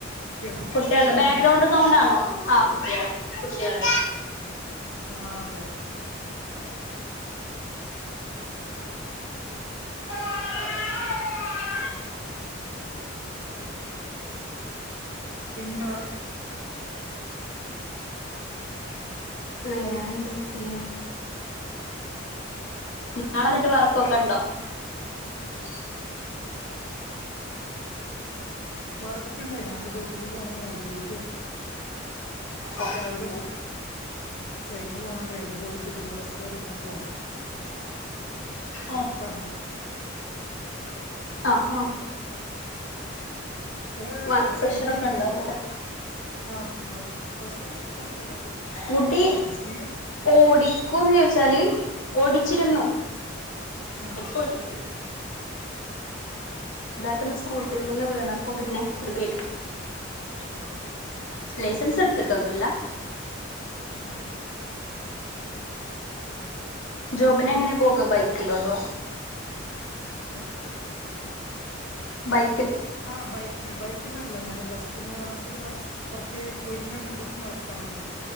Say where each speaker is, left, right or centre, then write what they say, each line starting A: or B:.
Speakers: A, on the left; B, on the left.
A: കുട്ടികളോ
B: കുട്ടികളുടെ
A: കുട്ടികളുണ്ടല്ലോ
B: ബാക്ക്ഗ്രൗണ്ട്
A: അടുത്ത്
B: സൗണ്ടാണോ ആ കുട്ടികൾ കുട്ടികളെ
A: ആഹ് അതെ അത അതതെ
B: <unintelligible>
A: പിന്നെ <unintelligible>
B: വേറെന്തൊക്കെ ഞാൻ എന്നിട്ട് വർക്കൊക്കെ ഉണ്ടോ
A: അ <unintelligible> വർക്ക്ണ്ട് ഞാൻ ഇപ്പ ഡ്യൂട്ടിയിലാണ് നൈറ്റ് ഡ്യൂട്ടി
B: ഓ
A: രാവിലെ പോവും. ട്രെയിനിന് പോണം ട്രെയിനി പോയിട്ട് പിന്നെ ബസ്സുകർ ഇങ്ങനെ പോണം.
B: ഓ
A: ചെറുപ്പാണ്.
B: ആ ആഹ്.
A: ഏ
B: വർക്ക്
A: സ്കൂട്ടി
B: പ്രഷറൊക്കെ
A: ഓടിക്കോ
B: ഉണ്ടാവൂലേ
A: ആ വർക്ക് പ്രഷർ കുറച്ചൊക്കെ ഉണ്ട്.
B: ഊട്ടി
A: അഡ്ജസ്റ്റ് ചെയ്യാ
B: ഓടിക്കൂന്ന് ചോദിച്ചാല് ഓടിച്ചിരുന്നു
A: ഉം ആഹ്
B: ഇപ്പ ഓടിക്കുള്ള.
A: ആഹ്.
B: പട്ടന്ന് സ്കൂട്ടിയിൽ നിന്ന് വീണപ്പോ പിന്നെ ഒരു പേടി
A: ആ ഓക്കെ.
B: ലൈസൻസ് എടുത്തിട്ടൊന്നുല്ല.
A: ആഹ്.
B: ജോബിനെ എങ്ങനെ പോക ബൈക്കിലോ അതോ
A: ആഹ്.
B: ബൈ
A: ആഹ് ബൈക്ക ബൈക്കിനല്ല ഞാന് ബസ്സിന് പോന്നിട്ട് കുറച്ച് വീടിന്റെ അടുന്ന് കുറച്ച് നടക്കാനുണ്ട്.